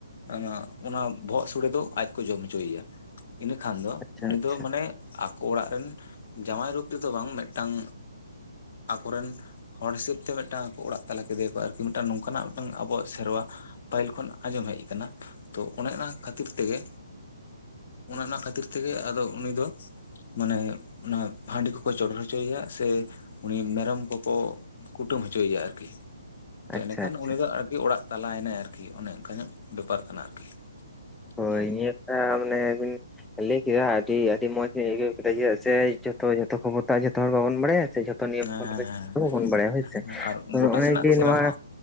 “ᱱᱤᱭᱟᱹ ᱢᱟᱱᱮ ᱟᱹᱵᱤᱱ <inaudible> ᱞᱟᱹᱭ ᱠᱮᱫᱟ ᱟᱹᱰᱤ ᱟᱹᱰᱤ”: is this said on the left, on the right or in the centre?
Centre